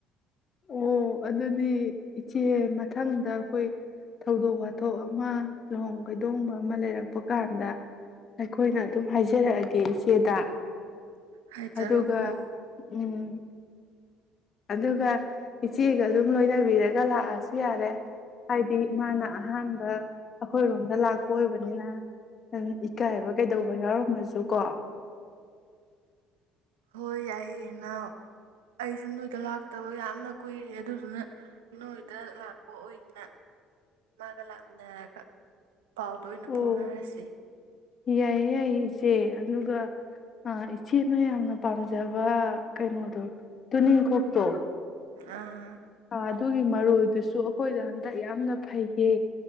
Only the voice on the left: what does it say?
ꯑꯣ ꯑꯗꯨꯗꯤ ꯏꯆꯦ ꯃꯊꯪꯗ ꯑꯩꯈꯣꯏ ꯊꯧꯗꯣꯛ ꯋꯥꯊꯣꯛ ꯑꯃ ꯂꯨꯍꯣꯡ ꯀꯩꯗꯣꯡꯕ ꯑꯃ ꯂꯩꯔꯛꯄ ꯀꯥꯟꯗ ꯑꯩꯈꯣꯏꯅ ꯑꯗꯨꯝ ꯍꯥꯏꯖꯔꯛꯑꯒꯦ ꯏꯆꯦꯗ
ꯑꯗꯨꯒ ꯎꯝ ꯑꯗꯨꯒ ꯏꯆꯦꯒ ꯑꯗꯨꯝ ꯂꯣꯏꯅꯕꯤꯔꯒ ꯂꯥꯛꯑꯁꯨ ꯌꯥꯔꯦ ꯍꯥꯏꯗꯤ ꯃꯥꯅ ꯑꯍꯥꯟꯕ ꯑꯩꯈꯣꯏꯔꯣꯝꯗ ꯂꯥꯛꯄ ꯑꯣꯏꯕꯅꯤꯅ ꯏꯀꯥꯏꯕ ꯀꯩꯗꯧꯕ ꯌꯥꯎꯔꯝꯃꯁꯨ ꯀꯣ
ꯑꯣ
ꯌꯥꯏꯌꯦ ꯌꯥꯏꯌꯦ ꯏꯆꯦ ꯑꯗꯨꯒ ꯏꯆꯦꯅ ꯌꯥꯝꯅ ꯄꯥꯝꯖꯕ ꯀꯩꯅꯣꯗꯣ ꯇꯨꯅꯤꯡꯀꯣꯛꯇꯣ
ꯑꯗꯨꯒꯤ ꯃꯔꯣꯏꯗꯨꯁꯨ ꯑꯩꯈꯣꯏꯗ ꯍꯟꯗꯛ ꯌꯥꯝꯅ ꯐꯩꯌꯦ